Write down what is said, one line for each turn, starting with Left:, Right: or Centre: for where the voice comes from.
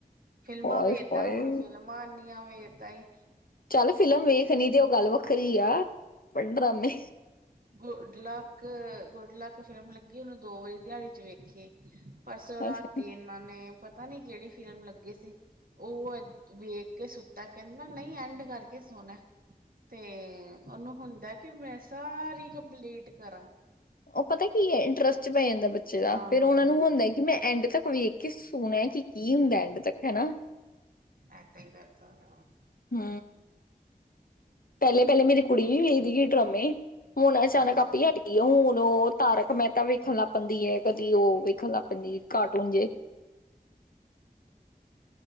Right: ਫ਼ਿਲਮਾਂ
Left: ਹਾਏ
Right: ਵੇਖਦਾ
Left: ਹਾਏ
Right: ਹੁਣ, ਫਿਲਮਾਂ ਐਨੀਆਂ ਵੇਖਦਾ ਈ
Left: ਚੱਲ ਫਿਲਮ ਵੇਖਣੀ ਤੇ ਉਹ ਗੱਲ ਵੱਖਰੀ ਆ, ਪਰ ਡਰਾਮੇ
Right: good luck, good luck film ਲੱਗੀ ਉਹਨੂੰ ਦੋ ਵਾਰੀ ਦਿਹਾੜੀ 'ਚ ਵੇਖੀ। ਪਰਸੋਂ ਰਾਤੀ
Left: ਅੱਛਾ
Right: ਇਹਨਾਂ ਨੇ, ਪਤਾ ਨੀ ਕਿਹੜੀ ਫਿਲਮ ਲੱਗੀ ਸੀ। ਉਹ ਵੇਖ ਕੇ ਸੁੱਤਾ, ਕਹਿੰਦਾ ਨਹੀਂ ਐਂਡ ਕਰਕੇ ਸੋਣਾ। ਤੇ ਓਨੂੰ ਹੁੰਦਾ ਕਿ ਮੈਂ ਸਾਰੀ ਕੰਪਲੀਟ ਕਰਾਂ।
Left: ਉਹ ਪਤਾ ਕੀ ਹੈ ਇੰਟਰਸਟ ਚ ਪੈ ਜਾਂਦਾ ਬੱਚੇ ਦਾ,
Right: ਆਹੋ
Left: ਫੇਰ ਉਹਨਾਂ ਨੂੰ ਹੁੰਦਾ ਕਿ ਮੈਂ ਐਂਡ ਤੱਕ ਵੇ ਖ ਕਿ ਸੋਣਾ ਕਿ ਕੀ ਹੁੰਦਾ ਐਡ ਤੱਕ ਹੈਨਾ।
Right: ਐ ਤਾਂ ਈ ਕਰਦਾ ਵਾ।
Left: ਹੂੰ। ਪੈਲੇ-ਪੈਲੇ ਮੇਰੀ ਕੁੜੀ ਵੀ ਵੇਖਦੀ ਸੀ ਡਰਮੇ ਹੁਣ ਅਚਾਨਕ
Right: ਅੱਛਾ
Left: ਆਪੀ ਹਟ ਹੁਣ ਓ ਤਾਰਕ ਮਹਿਤਾ ਵੇਖਣ ਲੱਗ ਪੈਂਦੀ ਏ, ਕਦੀ ਓ ਵੇਖਣ ਲੱਗ ਪੈਂਦੀ ਕਾਰਟੂਨ ਜੇ।